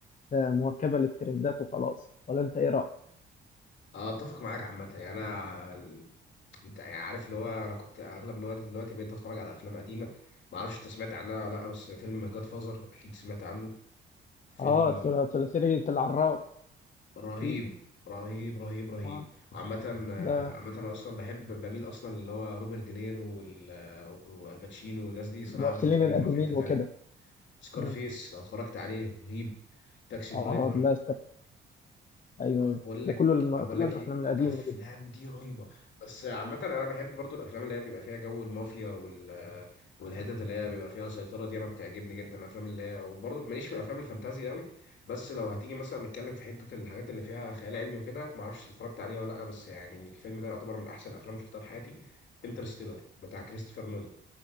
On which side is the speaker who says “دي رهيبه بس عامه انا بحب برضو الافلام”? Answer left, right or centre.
Left